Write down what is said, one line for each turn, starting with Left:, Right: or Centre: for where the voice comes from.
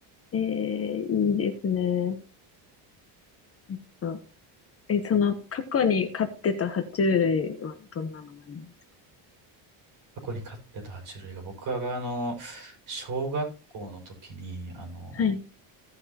Left: えー、いいですね。えっと、え、その、過去に飼ってた爬虫類はどんなのがいるんですか
Right: 箱に飼ってた爬虫類が、僕が、あの、小学校の時に、あの、
Left: はい。